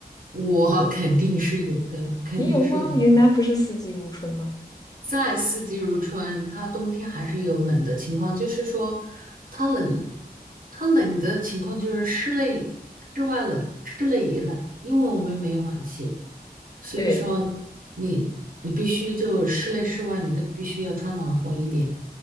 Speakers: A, on the right (about 60°); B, on the left (about 25°).
A: 我 <laughs> 肯定是有的，肯定是有的。
B: 你有吗？云南不是四季如春吗？
A: 在四季如春，它冬天还是有冷的情况，就是说它冷，它冷的情况就是室内、室外冷，室内也冷，因为我们没有暖气，所以说
B: 对
A: 你你必须就室内、室外你都必须要穿暖和一点。